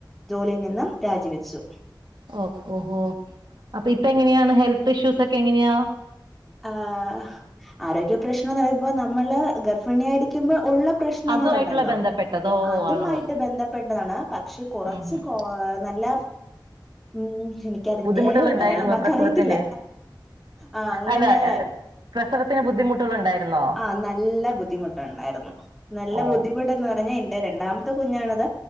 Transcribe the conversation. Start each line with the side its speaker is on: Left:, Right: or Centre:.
Centre: ജോലിയിൽ നിന്നും രാജിവെച്ചു
Right: ഒ ഓ ഓ അപ്പൊ ഇപ്പൊ എങ്ങനെയാണ് ഹെൽത്ത് ഇഷ്യൂസ് ഒക്കെ എങ്ങനെയാ
Centre: ആഹ് ആരോഗ്യ പ്രശ്നം ന്ന് പറയുമ്പോ നമ്മള് ഗർഭിണിയായി ക്കുമ്പോ ഉള്ള പ്രശ്നങ്ങള്
Right: അതുമായിട്ടുള്ള
Centre: ണ്ടല്ലോ
Right: ബന്ധപ്പെട്ടതോ
Centre: അതുമായിട്ട്
Right: ആണോ ഓക്കെ
Centre: ബന്ധപ്പെട്ടതാണ് പക്ഷെ കൊറച്ച്
Right: ഉം ഉം
Centre: കോ നല്ല ഉം എനിക്കതിന്റെ
Right: ബുദ്ധിമുട്ടുകൾ ഉണ്ടായിരുന്നോ
Centre: മലയാളം വാക്ക്
Right: പ്രസവത്തിന്
Centre: അറിയത്തില്ല ആ അങ്ങനെ
Right: അല്ല പ്രസവത്തിന് ബുദ്ധിമുട്ടുകള് ഇണ്ടായിരുന്നോ
Centre: ആ നല്ല ബുദ്ധിമുട്ടുണ്ടായിരുന്നു നല്ല
Right: ഓ
Centre: ബുദ്ധിമുട്ട്ന്ന് പർ പറഞ്ഞ എന്റെ രണ്ടാമത്തെ കുഞ്ഞാണ്ത്